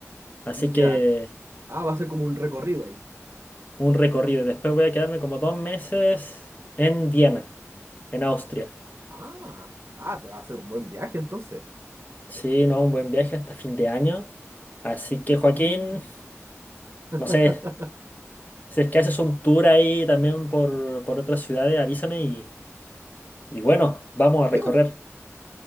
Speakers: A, on the left (about 35°); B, on the right (about 55°).
A: Así que
B: Ya. Ah, va a ser como un recorrido ahí.
A: un recorrido. Y después voy a quedarme como dos meses en Viena, en Austria.
B: Ah, ah, te va a hacer un buen viaje entonces.
A: Sí, no, un buen viaje hasta fin de año. Así que Joaquín,
B: Mm.
A: no sé,
B: <laughs>
A: si es que haces un tour ahí también por, por otras ciudades, avísame y, y bueno, vamos a recorrer.
B: Dios,